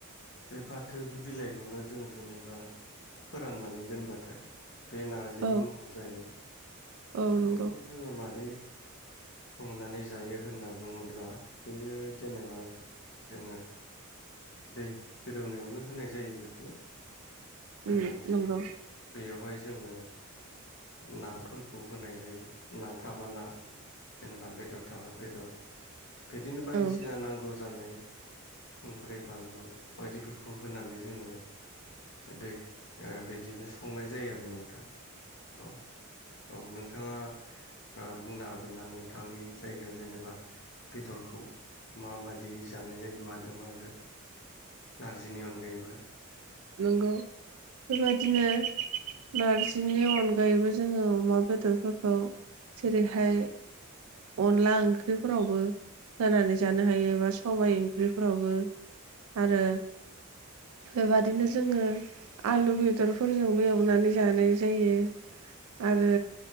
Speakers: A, on the left; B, on the right.
A: बे फाथो बिलाइखौनो जोङो जेनेबा फोराननानै दोनबाथाय बे नारजिनि
B: औ
A: महर जायो।
B: औ
A: आरो
B: नंगौ
A: बेखौ जोङो मादै संनानै जायो होनना बुङोब्ला बेयो जेनेबा जोङो दै गोदौनायावनो होनाय जायो बेखौ होनानै
B: उम नंगौ
A: बेयावहाय जोङो नाफोरखौ होनाय जायो ना थाबा ना जेनेबा बेदर थाबा बेदर बिदिनो बायदिसिना
B: औ
A: नांगौ जा जानाय संख्रि बानलु बायदिफोरखौ होनानै जोङो दै बिदिनो संनाय जायो आरो नोंथां। औ औ नोंथाङा। बुंनो हागोन ना नोंथांनि जायगायाव जेनेबा बेदरखौ माबायदि जानाय जायो माजो माजों। नारजिनि अनगायैबो
B: नंगौ बेबायदिनो नारजिनि अनगायैबो जोङो अमा बेदर फोरखौ जेरैहाय अनला ओंख्रिफोरावबो होनानै जानो हायो बा सबाय ओंख्रिफोरावबो आरो बेबादिनो जोङो आलु बेदरफोरजोंबो एवनानै जानाय जायो। आरो